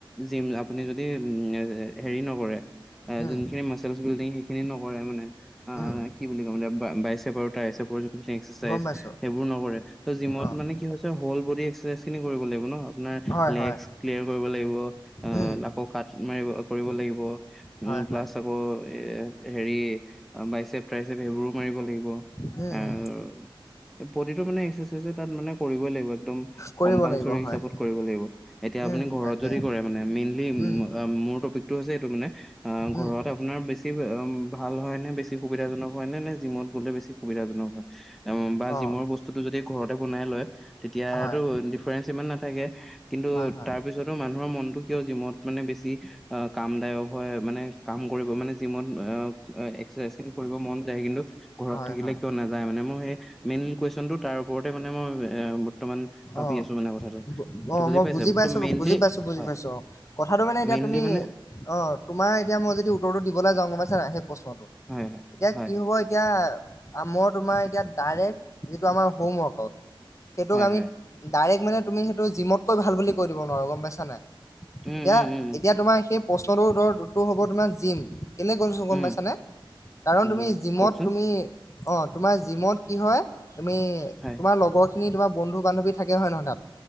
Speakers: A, in the centre; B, on the left.
A: জিম আপুনি যদি হেৰি নকৰে এ
B: উম,
A: যোনখিনি মাচলচ বিল্ডিং, সেইখিনি নকৰে মানে আ,
B: উম,
A: কি বুলি কম এতিয়া, বাইচেপ আৰু ট্ৰাইচেপ্ৰ এক্সাৰচাইজ
B: গম পাইছোঁ।
A: সেইবোৰ নকৰে, ত' জিমত
B: অ',
A: মানে কি হৈছে, হল বডি এক্সাৰচাইজ খিনি কৰিব লাগিব ন? আপোনাৰ
B: হয়,
A: লেগচ
B: হয়,
A: ক্লিয়াৰ কৰিব লাগিব, অ
B: উম,
A: আকৌ কাট মাৰিব কৰিব লাগিব। উ
B: হয়,
A: প্লাছ
B: হয়,
A: আকৌ, এ হেৰি বাইচেপ, টাইচেপ সেইবোৰো মাৰিব লাগিব। আৰু
B: উম উম।
A: প্ৰতিটো মানে এক্সাৰচাইজে তাত মানে কৰিবই লাগিব। একদম
B: কৰিব
A: কম্পালচৰি
B: লাগিব
A: হিচাপত
B: হয়।
A: কৰিব লাগিব। এতিয়া আপুনি
B: উম,
A: ঘৰত
B: তাকে,
A: যদি কৰে প্ৰায় মানে, মেইনলী ম
B: উম,
A: আ মোৰ টপিক টো হৈছে এইটো মানে, অ ঘৰত
B: উম,
A: আপোনাৰ বেছি ভাল হয়নে? বেচি সুবিধাজনক হয় নে? নে জিমত গ'লে বেছি সুবিধাজনক হয়? বা জিমৰ
B: অ',
A: বস্তুতটো যদি ঘৰত বনাই লয়, তেতিয়াটো
B: হয়,
A: ডিফাৰেঞ্চ ইমান নাথাকে। কিন্তু
B: হয়, হয়,
A: তাৰ পিছতো মানুহৰ মনটো কিয় জিমত মানে বেছি অ কামদায়ক হয়? মানে কাম কৰিব মানে জিমত এক্সাৰচাইজ কৰিব মন যায়। কিন্তু ঘৰত
B: হয়,
A: থাকিলে
B: হয়,
A: কিয় নাযায়? মানে মোৰ সেই মেইন কুৱেশনতটো তাৰ ওপৰতে মানে মই এ বৰ্তমান ভাবি
B: অ'।
A: আছো মানে কথাটো। ত'
B: অ',
A: বুজি
B: মই
A: পাইছা?
B: পাইছোঁ,
A: ত' মেইনলি,
B: বুজি পাইছোঁ, বুজি
A: হয়।
B: পাইছোঁ অ'। কথাটো মানে এতিয়া
A: মেইনলি
B: তুমি,
A: মানে
B: অ' তোমাৰ এতিয়া মই যদি উত্তৰটো দিবলে যাওঁ, গম পাইছা নাই? সেই প্ৰশ্নটো,
A: হয় হয়
B: এতিয়া
A: হয়
B: কি হ'ব এতিয়া আ মই তোমাৰ এতিয়া ডাইৰেক্ট, যিটো আমাৰ হোম ৱৰ্কআউট সেইটোক
A: হয়
B: আমি
A: হয়
B: ডাইৰেক্ট মানে তুমি সেইটো জিমতকৈ ভাল কৈ দিব নোৱাৰো গম পাইছা নাই?
A: উম
B: এতিয়া,
A: উম উম
B: এতিয়া তোমাৰ সেই প্ৰশ্নটোৰ উতৰটো হ'ব তোমাৰ জিম কেলে কৈছো গম
A: উম
B: পাইছানে? কাৰণ
A: উম
B: তুমি
A: উম,
B: জিমত
A: কওকচোন
B: তুমি অ' তোমাৰ জিমত কি হয়, তুমি
A: হয়
B: তোমাৰ লগৰখিনি তোমাৰ বন্ধু বান্ধৱী থাকে হয় নহয় তাত